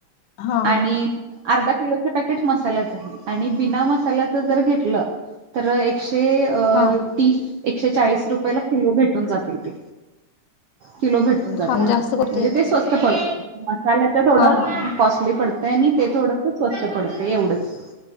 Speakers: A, on the left; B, on the right.
A: हा
B: आणि अर्धा किलो पकेट मसाल्याच आहे आणि बिना मसाल्याच जर घ तर एकशे
A: हा
B: तीस एकशे चाळीस रुपयाेला किलो भेटून जाते ते किलो भेट म्हणजे
A: हा जास्त करता येतं
B: ते स्वस्त पडत मसाल्याच थोड
A: हा हा
B: कॉस्टली पडत. आणि ते थोडंस स्वस्त पडते एवढंच